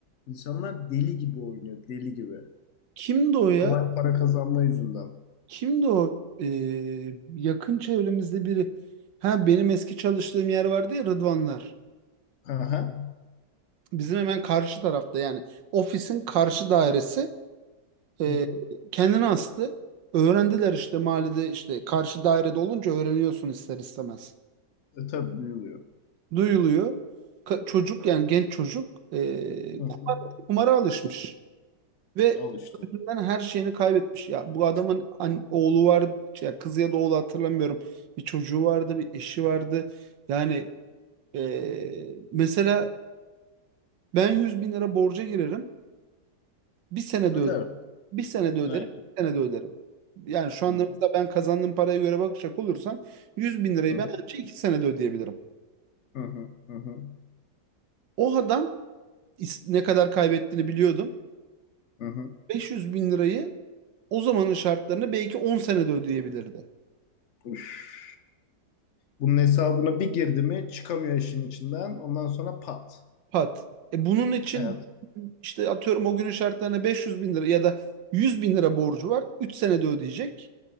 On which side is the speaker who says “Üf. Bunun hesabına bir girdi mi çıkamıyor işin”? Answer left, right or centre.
Left